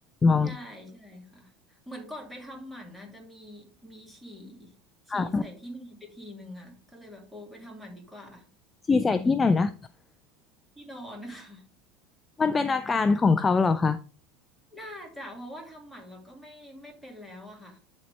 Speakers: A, on the left; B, in the centre.
A: มอง
B: ใช่ใช่ค่ะเหมือนก่อนไปทำหมันนะจะมีมีฉี่
A: ค่ะ
B: ฉี่ใส่ที่นอนไปทีนึงอ่ะก็เลยแบบโอ้ไปทำหมันดีกว่า
A: ฉี่ใส่ที่ไหนนะ
B: ที่นอนค่ะ
A: มันเป็นอาการของเขาเหรอคะ
B: น่าจะเพราะว่าทำหมันเราก็ไม่ไม่เป็นแล้วอะค่ะ